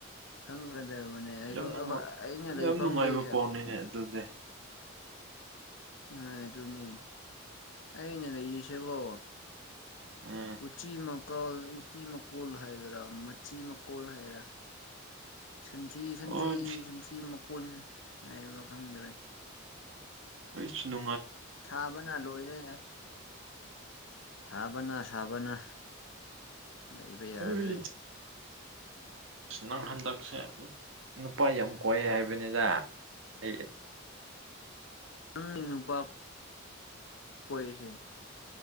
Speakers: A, on the left; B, on the right.
A: ꯈꯪꯒꯗꯕꯅꯦ
B: ꯌꯥꯝ ꯅꯨꯡꯉꯥꯏ
A: ꯑꯩꯅ ꯂꯩꯐꯝꯗꯤ
B: ꯌꯥꯝ ꯅꯨꯡꯉꯥꯏꯕ ꯄꯥꯎꯅꯤꯅꯦ ꯑꯗꯨꯗꯤ
A: ꯍꯣꯏ ꯑꯗꯨꯅꯤ ꯑꯩꯅ ꯂꯩꯔꯤꯁꯦꯀꯣ
B: ꯎꯝ
A: ꯎꯆꯤ ꯃ ꯀꯜ ꯎ ꯎꯆꯤ ꯃꯀꯣꯜ ꯍꯥꯏꯗꯔ ꯃꯆꯤ ꯃꯀꯣꯜ ꯍꯥꯏꯔ ꯁꯟꯊꯤ ꯁꯟꯊꯤ
B: ꯍꯣꯏ
A: ꯁꯟꯊꯤ ꯃꯀꯣꯟ ꯍꯥꯏꯕ ꯈꯪꯗ꯭ꯔꯦ
B: ꯑꯩꯅ
A: ꯁꯥꯕꯅ ꯂꯣꯏꯔꯦ ꯁꯥꯕꯅ ꯁꯥꯕꯅ ꯂꯩꯕ ꯌꯥꯗ꯭ꯔꯦ
B: ꯍꯣꯏ ꯑꯁ ꯅꯪ ꯍꯟꯗꯛꯁꯦ ꯅꯨꯄꯥ ꯌꯥꯝ ꯀꯣꯏ ꯍꯥꯏꯕꯅꯤꯗ ꯑꯩ
A: ꯃꯅꯤꯅ ꯄꯥꯄ ꯑꯣꯏꯣꯏꯁ